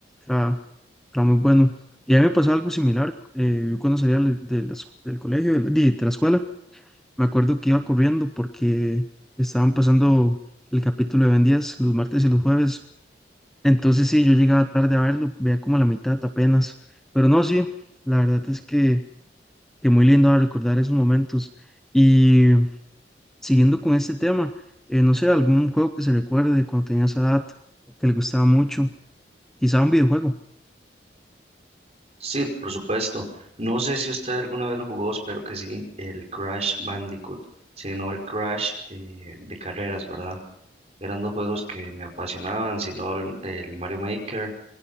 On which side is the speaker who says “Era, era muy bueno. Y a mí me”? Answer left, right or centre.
Centre